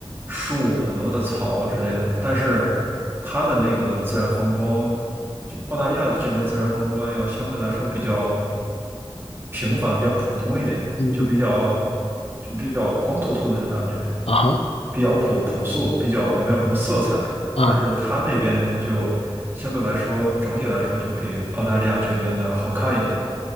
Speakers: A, on the right; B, on the left.
A: 树、很多的草之类的，但是它的那个自然风光，就澳大利亚这边自然风光要相对来说比较平凡、比较普通一点，
B: 嗯嗯，
A: 就比较就比较光秃秃的那种感觉。
B: 啊哈，
A: 比较朴朴素，比较没有什么色彩，
B: 啊，
A: 但是它那边就相对来说，整体来说就比澳大利亚这边的好看一点。